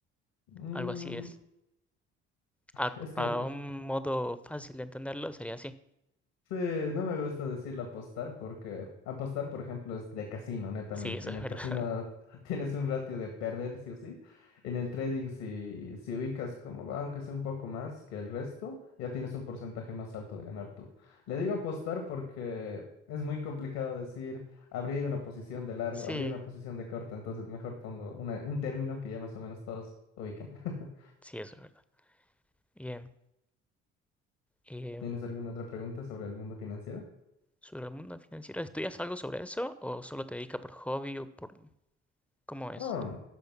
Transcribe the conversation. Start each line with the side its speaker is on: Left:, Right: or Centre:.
Left: Mm,
Centre: Algo así es. A,
Left: es que...
Centre: a un modo fácil de entenderlo sería así.
Left: Sí, no me gusta decirle apostar porque apostar, por ejemplo, es de casino, netamente.
Centre: Sí, eso
Left: En
Centre: es
Left: el
Centre: verdad.
Left: casino
Centre: <laughs>
Left: <laughs> tienes un ratio de perder sí o sí. En el trading, si, si ubicas cómo va, aunque sea un poco más que el resto, ya tienes un porcentaje más alto de ganar tú. Le digo apostar porque es muy complicado decir abrir una posición de largo,
Centre: Sí,
Left: abrir una posición de corta, entonces mejor pongo una- un término que ya más o menos todos ubiquen. <laughs>
Centre: sí, eso es verdad. Bien. Em,
Left: ¿Tienes alguna otra pregunta sobre el mundo financiero?
Centre: sobre el mundo financiero, ¿estudias algo sobre eso o solo te dedicas por hobby o por... ¿Cómo es?
Left: Ah,